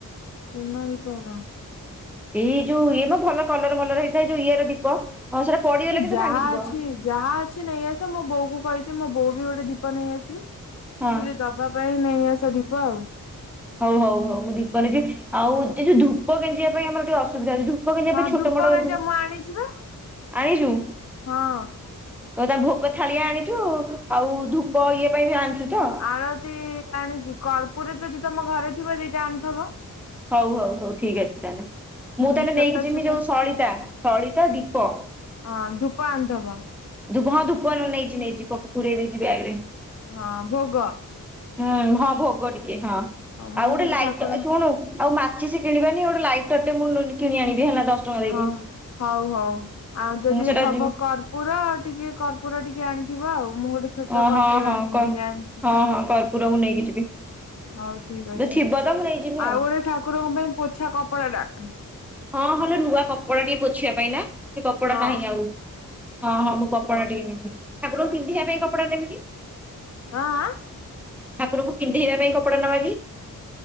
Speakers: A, on the left; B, in the centre.
A: ଚୁନ ଦୀପ ହେରା।
B: ଏଇ ଯୋଉ ଇଏ ମ ଭଲ କଲର ମଲର ହେଇଥାଏ ଯୋଉ ଇଏ ର ଦୀପ ହଁ ସେଇଟା ପଡିଗଲେ
A: ହେ
B: କିନ୍ତୁ
A: ଯାହା
B: ଭାଙ୍ଗିଯିବ।
A: ଅଛି ଯାହା ଅଛି ନେଇ ଆସ ମୋ ବୋଉ କୁ କହିଛି ମୋ ବୋଉ ବି ଗୋଟେ ଦୀପ ନେଇ ଆସିବୁ
B: ହଁ
A: ଖାଲି ଦବା ପାଇଁ ନେଇଁ ଆସ ଦୀପ ଆଉ।
B: ହଉ ହଉ ହଉ ମୁଁ ଦୀପରେ ଆଉ ଏ ଯୋଉ ଧୂପ ଗେଞ୍ଜିବା ପାଇଁ ଆମର ଟିକେ ଅସୁବିଧା ଧୁ ଧୂପ ଗେଞ୍ଜିବା
A: ହଁ
B: ପାଇଁ ଛୋଟ
A: ଧୂପ
B: ମୋଟ
A: ଗଞ୍ଜ ମୁଁ ଆଣିଛି ବା
B: ଆଣିଚୁ?
A: ହଁ।
B: ହଉ ତା ଭୋଗ ଥାଳିଆ ଆଣିଚୁ ଆଉ ଧୂପ ଇଏ ପାଇଁ ବି ଆଣିଚୁ ତ?
A: ଆଳତି ଆଣିଚି କର୍ପୁର ଯଦି ତମ ଘରେ ଥିବ ଦିଟା ଆଣିଥିବ।
B: ହଉ ହଉ ହଉ ଠିକ ଅଛି ତାହେଲେ।
A: ହଁ
B: ମୁଁ ତାହେଲେ
A: ଛୋଟ
B: ନେଇକି ଜିମି
A: ଛୋଟ
B: ଯୋଉ ସଳିତା ସଳିତା ଦୀପ।
A: ହଁ ଧୂପ ଆଣିଥବ।
B: ଧୁପଁ ହଁ ଧୂପ ନେଇଚି ନେଇଚି ପ ପୁରେଇ ଦେଇଚି ବ୍ୟାଗରେ।
A: ହଁ ଭୋଗ
B: ହୁଁ ହଁ ଭୋଗ ଟିକେ, ହଁ
A: ମୁଁ
B: ଆଉ ଗୋଟେ
A: ସବୁ
B: ଲାଇଟ
A: ଠାକୁର
B: ଏ ଶୁଣୁ ଆଉ ମାଚିଶି କିଣିବାନି ଗୋଟେ ଲାଇଟର ଟେ ମୁଁ କିଣି ଆଣିବି ହେଲା ଦଶ ଟଙ୍କା ଦେଇକି।
A: ହଁ ହଉ ହଉ ଆଉ ଯଦି
B: ମୁଁ ସେଟା
A: ଥବ
B: ଯିବି
A: କର ପୁର ଟିକେ କର୍ପୁର ଟିକେ ଆଣିଥିବ ଆଉ ମୁଁ ଗୋଟେ ଛୋଟ
B: ହଁ
A: କର୍ପୁର
B: ହଁ
A: ଆଣି
B: କର
A: ଇଏ ଆଣିଛି
B: ହଁ ହଁ କର୍ପୁର ମୁଁ ନେଇକି ଯିବି।
A: ହଉ ଠିକ ଅଛି,
B: ଥିବ ତ ମୁଁ ନେଇଯିବି
A: ଆଉ ଗୋଟେ ଠାକୁରଙ୍କ ପାଇଁ ପୋଛା କପଡା ଟା।
B: ହଁ ହଲ ନୂଆ କପଡା ଟିକ ପୋଛିବା ପାଇଁ ନା ସେ କପଡା
A: ହଁ
B: ନାହିଁ ଆଉ ହଁ ହଁ ମୁଁ କ କପଡ଼ା ଟିକେ ନେବି, ଠାକୁରଙ୍କୁ ପିନ୍ଧେଇବା ପାଇଁ କପଡ଼ା ନେବି?
A: ହଁ ଆ?
B: ଠାକୁରଙ୍କୁ ପିନ୍ଧେଇବା ପାଇଁ କପଡା ନେବି?